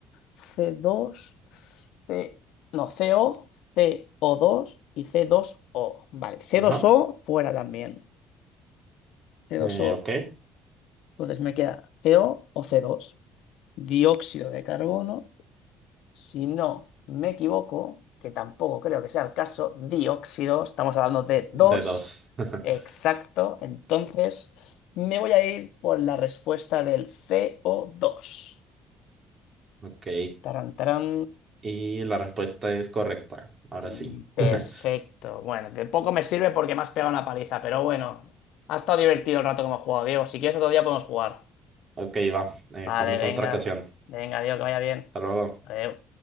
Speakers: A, on the left; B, on the right.
A: c dos C, no, CO, co dos y c dos o Vale, c
B: Ajá.
A: dos o fuera también. c
B: Eh,
A: dos o
B: ok,
A: entonces me queda CO o o c dos Dióxido de carbono, si no me equivoco, que tampoco creo que sea el caso, dióxido, estamos hablando de
B: de
A: dos
B: dos. <laughs>
A: exacto, entonces me voy a ir por la respuesta del co dos
B: Ok,
A: Tarán, tarán.
B: y la respuesta es correcta. Ahora
A: Mm,
B: sí.
A: Perfecto.
B: <laughs>
A: Bueno, de poco me sirve porque me has pegado una paliza, pero bueno, ha estado divertido el rato que hemos jugado, Diego. Si quieres otro día podemos jugar.
B: Ok, va. Eh,
A: Vale,
B: jugamos
A: venga.
B: en otra ocasión.
A: Venga, Diego, que vaya bien.
B: Hasta luego.
A: Adiós.